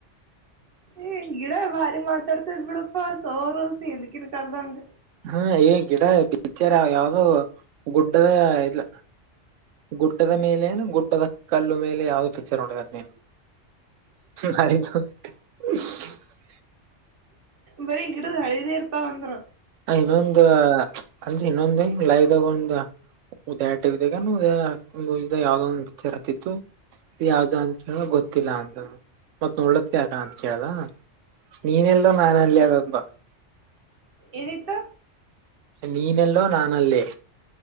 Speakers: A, on the right (about 50°); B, on the right (about 75°).
A: ಏ ಗಿಡ ಭಾರಿ ಮಾತಾಡ್ತ ಇ ಬಿಡಪ್ಪ ಸೋರೋಸಿ ಎಕಿನ ಕದಂಗ
B: ಹಾ ಏ ಗಿಡ ಬೀಚರ್ ಯಾವ್ದೋ ಗುಡ್ಡದೇ ಇಲ್ಲ ಗುಡ್ಡದ ಮೇಲೆನು ಗುಡ್ಡದ ಕಲ್ಲು ಮೇಲೆ ಯಾವ್ದೋ ಪಿಕ್ಚರ್ ನೋಡಬೇಕದ ನೀನು ಸ <unintelligible>
A: ಬರೀ ಗಿಡದ ಹಳಿದಿ ಇರ್ತಾವ ಅಂದ್ರ
B: ಇನ್ನೊಂದು ಅಂದ್ರೆ ಇನ್ನೊಂದ ಲೈವ್ಾಗ ಒಂದು ಉದಯ ಟಿದಾಗ ಉ ಯಾವ್ದೊಂದ ರತಿತ್ತು ಯಾವ್ದ ಅಂತ ಹೇಳೇಳ ಗೊತ್ತಿಲ್ಲ ಅ ಮತ್ತತ್ ನೋಡ್ಲಕ್ಕೆ ಯಕ ಅಂತ ಕದ ನೀನ್ ಎಲ್ಲೋ ನಾನು ಅಲ್ಲಿ ಅದಂತ
A: ಏನಿತ್ತ
B: ನೀನಲ್ಲೋ ನಾನ ಅಲ್ಲೇ